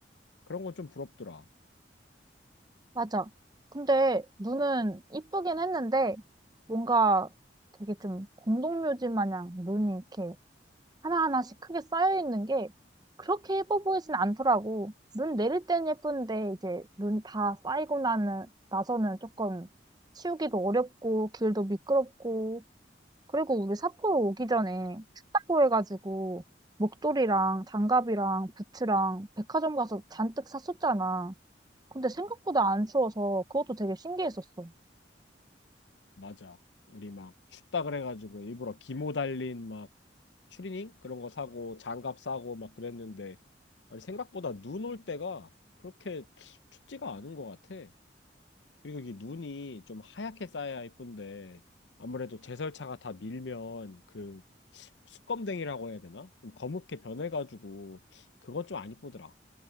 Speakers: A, on the left (about 75°); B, on the right (about 25°).
A: 그런 건 좀 부럽더라.
B: 맞아. 근데 눈은 이쁘긴 했는데 뭔가 되게 좀 공동묘지 마냥 눈이 이렇게 하나하나씩 크게 쌓여있는 게 그렇게 예뻐 보이진 않더라고. 눈 내릴 땐 예쁜데 이제 눈 다 쌓이고 나는, 나서는 조금 치우기도 어렵고 길도 미끄럽고 그리고 우리 삿포로 오기 전에 춥다고 해가지고 목도리랑 장갑이랑 부츠랑 백화점 가서 잔뜩 샀었잖아. 근데 생각보다 안 추워서 그것도 되게 신기했었어.
A: 맞아. 우리 막 춥다 그래가지고 일부러 기모 달린 막 추리닝 그런 거 사고 장갑 사고 막 그랬는데 아니 생각보다 눈 올 때가 그렇게 춥지가 않은 것 같아. 그리고 이 눈이 좀 하얗게 쌓여야 예쁜데 아무래도 제설차가 다 밀면 그 수검댕이라고 해야 되나? 좀 검게 변해가지고 그건 좀 안 이쁘더라.